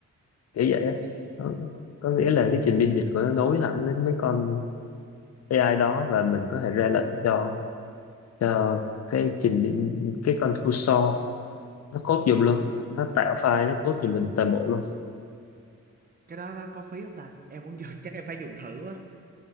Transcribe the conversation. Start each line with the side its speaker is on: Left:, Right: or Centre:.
Left: kiểu vậy á
Right: À,
Left: có, có nghĩa là cái trình biên dịch của nó nối hẳn đến mấy con AI đó và mình có thể ra lệnh cho cho cái trình biên cái con cursor nó code giùm luôn nó tạo file nó
Right: ôi.
Left: code giùm mình toàn bộ luôn
Right: cái đó nó có phí không ta em muốn vô <laughs> chắc em phải dùng thử á